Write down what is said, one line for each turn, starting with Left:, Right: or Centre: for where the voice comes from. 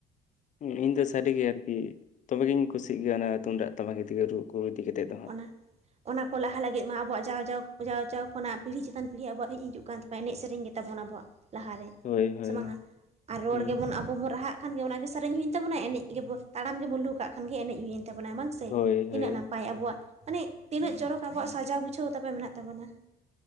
Left: ᱦᱩᱸ ᱤᱧ ᱫᱚ ᱥᱟᱹᱨᱤ ᱜᱮ ᱟᱨᱠᱤ ᱛᱚᱵᱮᱜᱤᱧ ᱠᱩᱥᱤᱜ ᱜᱮᱭᱟ ᱚᱱᱟ ᱛᱩᱢᱫᱟᱜ ᱴᱟᱢᱟᱠ ᱤᱫᱤᱜᱮ ᱨᱩ ᱠᱚ ᱤᱫᱤ ᱠᱟᱛᱮᱜ ᱫᱚ ᱾
Right: ᱚᱱᱟ ᱚᱱᱟ ᱠᱚ ᱞᱟᱦᱟ ᱞᱟᱹᱜᱤᱜ ᱢᱟ ᱟᱵᱚᱣᱟᱜ ᱡᱟᱣ ᱡᱟᱣ ᱡᱟᱣ ᱡᱟᱣ ᱠᱷᱚᱱᱟᱜ ᱯᱤᱲᱦᱤ ᱪᱮᱛᱟᱱ ᱯᱤᱲᱦᱤ ᱟᱵᱚᱣᱟᱜ ᱦᱮᱡ ᱦᱤᱡᱩᱜ ᱠᱟᱱ ᱛᱟᱵᱚᱱᱟ ᱮᱱᱮᱡ ᱥᱮᱨᱮᱧ ᱜᱮᱛᱟ ᱵᱚᱱ ᱟᱵᱚᱣᱟᱜ ᱞᱟᱦᱟᱨᱮ
Left: ᱦᱳᱭ ᱦᱳᱭ
Right: ᱥᱮ ᱵᱟᱝᱼᱟ? ᱟᱨ ᱨᱚᱲ
Left: ᱦᱩᱸ
Right: ᱜᱮᱵᱚᱱ ᱟᱵᱚ ᱵᱚᱱ ᱨᱟᱦᱟᱼᱟᱜ ᱠᱷᱟᱱ ᱜᱮ ᱚᱱᱟᱜᱮ ᱥᱮᱨᱮᱧ ᱦᱩᱭᱮᱱ ᱛᱟᱵᱚᱱᱟ ᱾ ᱮᱱᱮᱡ ᱜᱮᱵᱚ ᱛᱟᱲᱟᱢ ᱜᱮᱵᱚᱱ ᱞᱩᱦᱩᱠ ᱠᱟᱜ ᱠᱷᱟᱱ ᱜᱮ ᱮᱱᱮᱡ ᱦᱩᱭᱮᱱ ᱛᱟᱵᱚᱱᱟ ᱵᱟᱝ ᱥᱮ
Left: ᱦᱳᱭ
Right: ᱛᱤᱱᱟᱹᱜ
Left: ᱦᱳᱭ
Right: ᱱᱟᱯᱟᱭ ᱟᱵᱚᱣᱟᱜ ᱾ ᱢᱟᱱᱮ ᱛᱤᱱᱟᱹᱜ ᱪᱚᱨᱚᱠ ᱟᱵᱚᱣᱟᱜ ᱥᱟᱡᱟᱣ ᱜᱩᱪᱷᱟᱹᱣ ᱛᱟᱯᱮ ᱢᱮᱱᱟᱜ ᱛᱟᱵᱚ ᱱᱟ ᱾